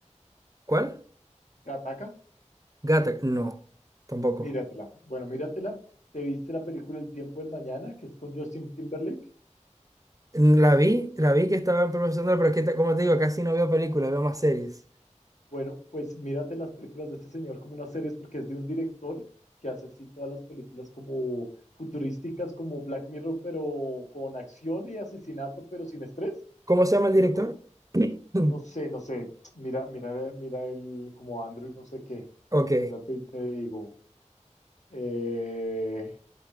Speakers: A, on the right; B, on the left.
A: ¿Cuál?
B: Gataca,
A: Gata, no, tampoco.
B: míratela. Bueno, míratela. ¿Te viste la película El tiempo del mañana, que es con Justin Timberlake?
A: La vi, la vi que estaban promocionando, pero es que, te- como te digo, casi no veo películas, veo más series.
B: Bueno, pues mírate las películas de este señor como unas series porque es de un director que hace así todas las películas como futurísticas, como Black Mirror, pero con acción y asesinato, pero sin estrés,
A: ¿Cómo se llama el director?
B: pero con, no
A: <clears throat>
B: sé, no sé, mira, mira, mira el como Andrew, no sé qué,
A: Ok.
B: espérate y te digo, eh,